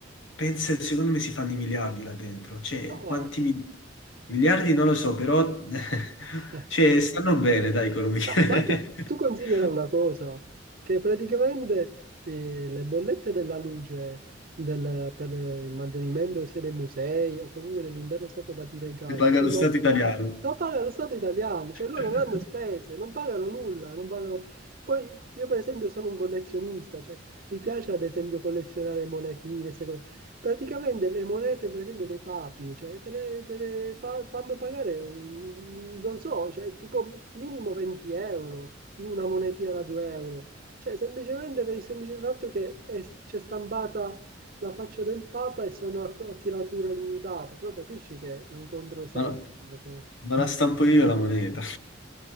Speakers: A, on the left; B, on the right.
A: pensa, secondo me si fanno i miliardi là dentro. Cioè,
B: ora,
A: quanti mi- miliardi non lo so, però <laughs>
B: eh,
A: cioè, stanno bene, dai, economia.
B: No,
A: <laughs> Le
B: ma tu, tu considera una cosa, che praticamente eh, le bollette della luce del- per il mantenimento sia dei musei o comunque dell'intero Stato Vaticano
A: paga
B: sono,
A: lo Stato italiano.
B: lo paga lo Stato italiano, cioè loro
A: Eh,
B: non hanno spese, non pagano nulla, non pagano... Poi io per esempio sono un collezionista, cioè mi piace ad esempio collezionare monetine, Praticamente le monete, per esempio, dei papi, cioè, te le, te le pa- fanno pagare, un- non so, cioè, tipo minimo 20 euro, una monetina da 2 euro. Cioè, semplicemente per il semplice fatto che è- c'è stampata la faccia del papa e sono a, a tiratura limitata. Però capisci che è un controsenso
A: Ma la,
B: come cosa.
A: ma la stampo io la moneta.